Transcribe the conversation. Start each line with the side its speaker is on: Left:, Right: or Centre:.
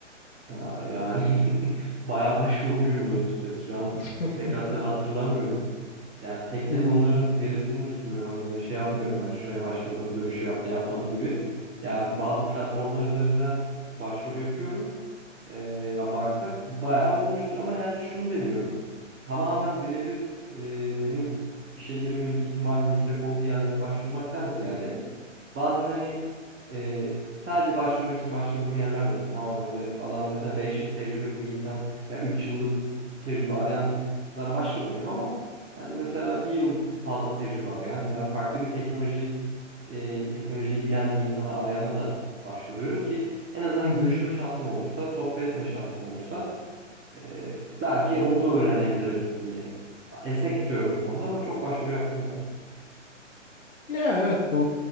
Centre: Ya yani <laughs> bayağı başvurmuşumdur açıkçası şu an.
Left: <laughs>
Centre: Pek hatı hatırlamıyorum. Yani tek
Left: Hmm,
Centre: tek onların verisini de tutmuyorum. Hani böyle şey yapmıyorum. Hani şuraya başvurdum, dönüşü yaptı, yapmadı gibi. Ya bazı platformlar üzerinden başvuru yapıyorum. Ee, ya baksak bayağı olmuştur ama yani şunu deniyorum. Tamamen birebir e, benim işe girme ihtimalim yüksek olduğu yerlere başvurmaktan ziyade bazen hani e, sadece başvurmak için başvurduğum yerler de oluyor. Tamam öyle adam mesela 5 yıl tecrübeli bir insan veya 3 yıllık tecrübe arayanlara başvurmuyorum ama yani mesela bir yıl fazla tecrübe arayan veya farklı bir teknoloji e, teknolojiyi bilen bir insana arayana da başvuruyorum ki en azından
Left: mhm.
Centre: görüşme şansım olursa, sohbet etme şansım olursa e, belki onu da öğrenebilirim diye. Esnek tutuyorum bu konuda ama çok başvuru yaptım yani.
Left: Ya evet bu